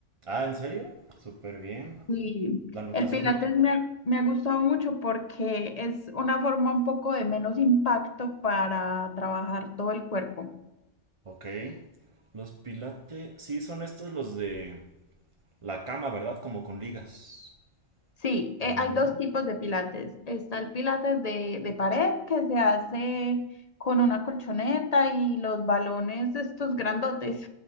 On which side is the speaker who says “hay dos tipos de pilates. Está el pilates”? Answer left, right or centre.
Left